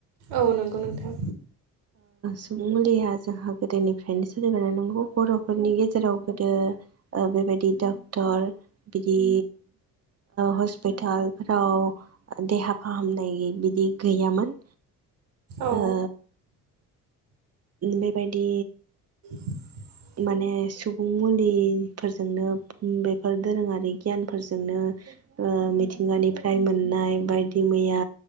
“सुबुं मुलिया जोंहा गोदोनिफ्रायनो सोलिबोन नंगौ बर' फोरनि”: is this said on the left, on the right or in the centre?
Right